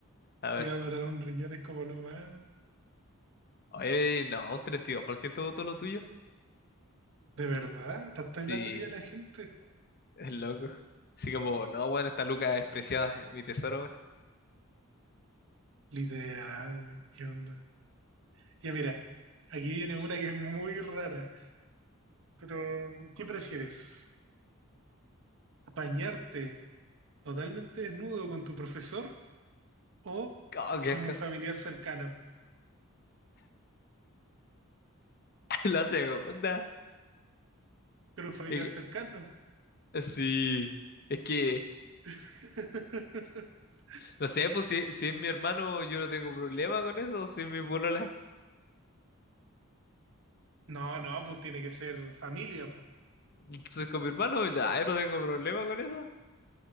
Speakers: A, on the left; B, on the right.
A: A ver.
B: Te iba a donar un riñón es como lo más.
A: Oye, no, un 32% votó lo tuyo.
B: ¿De verdad? ¿Tanta plata
A: Sí,
B: tira la gente?
A: es loco. Así como, no, bueno, esta Luca es preciada, es mi tesoro, bueno.
B: Literal, ¿qué onda? Ya mira, aquí viene una que es muy rara. Pero, ¿qué prefieres? ¿Bañarte totalmente desnudo con tu profesor o
A: Oh, qué
B: con
A: asco.
B: un familiar cercano?
A: <laughs> La segunda.
B: Con un
A: Es
B: familiar cercano.
A: que- Sí. Es que,
B: <laughs>
A: no sé, pues si, si es mi hermano, yo no tengo problema con eso. Si es mi polola.
B: No, no, pues tiene que ser familia, pues.
A: Entonces con mi hermano, ya, yo no tengo problema con eso.